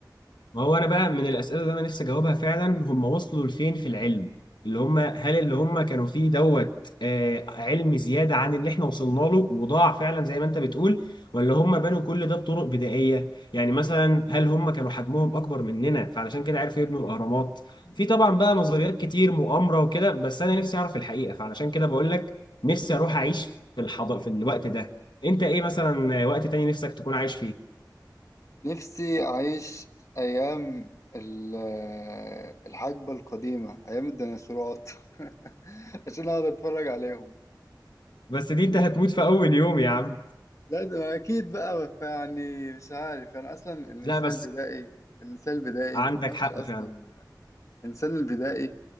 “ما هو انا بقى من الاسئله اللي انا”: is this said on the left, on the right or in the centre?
Left